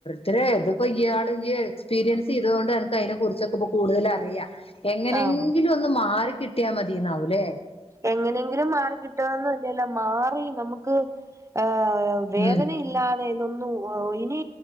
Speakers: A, on the left; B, on the right.
A: ത്രേ ഇത് ഇയ്യാള് യ്യ് എക്സ്പീരിയൻസ് ചെയ്തതോണ്ട് അൻക്ക് അയ്നെ കുറിച്ചൊക്കെ പ്പ കൂടുതലറിയാ എങ്ങനെങ്കിലോന്ന്
B: ആഹ്
A: മാറി കിട്ട്യാ മത് തീന്നാവൂലെ?
B: എങ്ങനെങ്കിലും മാറി കിട്ടുവന്ന് ല്ലേലും മാറി നമുക്ക് ആ ആ വേദനയില്ലാതെ
A: ഉം
B: ന്നു ഇനി